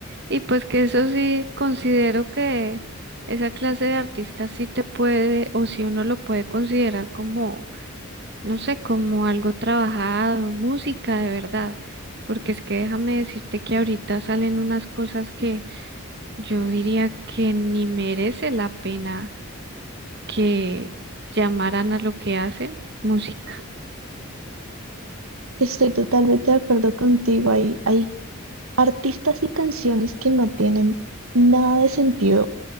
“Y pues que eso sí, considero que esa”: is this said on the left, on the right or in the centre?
Right